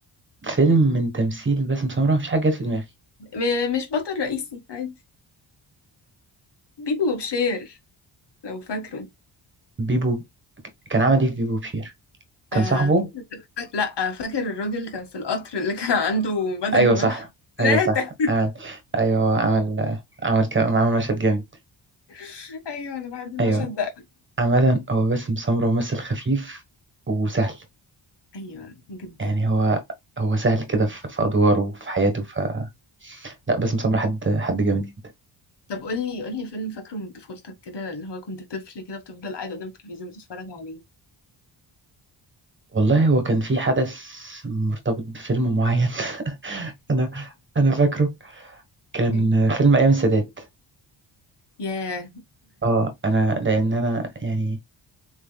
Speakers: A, on the right; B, on the left.
A: فيلم من تمثيل باسم سمرة مفيش حاجة جت في دماغي
B: م- مش بطل رئيسي عادي بيبو وبشير لو فاكره
A: بيبو كان عمل ايه في بيبو بشير كان
B: آه
A: صاحبه
B: فاك- لا فاكر الراجل اللي كان في القطر اللي كان عنده بدل
A: ايوه
B: الملح
A: صح
B: ثلاثة
A: ايوه صح عمل ايوه عمل عمل كم... عمل مشهد جامد
B: <laughs> أيوة أنا بحب المشهد
A: ايوه
B: ده
A: عامة هو باسم سمرة ممثل خفيف وسهل
B: ايوه جدا
A: يعني هو هو سهل كده في, في ادواره وفي حياته ف لا باسم سمرة حد حد جامد جدا
B: طب قولي قولي فيلم فاكره من طفولتك كده اللي هو كنت طفل كده بتفضل قاعد قدام التلفزيون بتتفرج عليه
A: والله هو كان في حدث مرتبط بفيلم معين <laughs> انا انا فاكره كان
B: <laughs>
A: فيلم ايام السادات
B: ياه
A: اه انا لان انا يعني